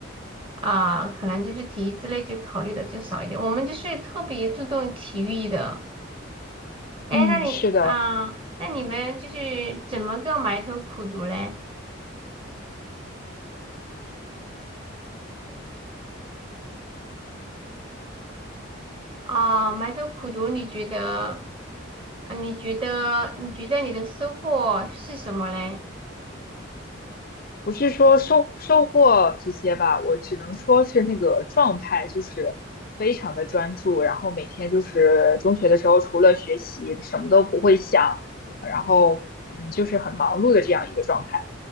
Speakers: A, on the right (about 25°); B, on the left (about 45°).
A: 啊，可能就是体育之类就考虑的就少一点，我们就是特别注重体育的。哎，
B: 嗯，
A: 那你啊，
B: 是的，
A: 那你们就是怎么个埋头苦读嘞？啊，埋头苦读，你觉得，呃你觉得，你觉得你的收获是什么嘞？
B: 不是说收收获这些吧，我只能说是那个状态就是非常的专注，然后每天就是中学的时候除了学习什么都不会想，然后嗯就是很忙碌的这样一个状态。